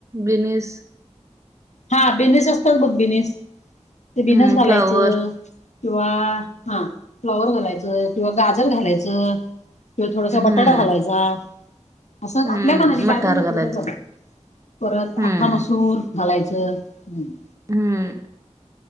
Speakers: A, on the right; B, on the left.
A: बनश
B: हा बिझनस असतात बघ बिझनेस ते बिझनस
A: हम्म
B: घालायचं.
A: फ्लावर
B: किंवा हा फ्लॉवर घालायचं, किंवा गाजर घालायचं. किंवा थोडासा
A: हम्म
B: बटाटा घालायचा. असं
A: हम्म
B: आपल्या मनाने काय
A: मटार
B: परी घेतलं
A: घालायचं
B: तर झाग परत
A: हम्म
B: आख्खा मसूर घालायच. ते हम्.
A: हम्म.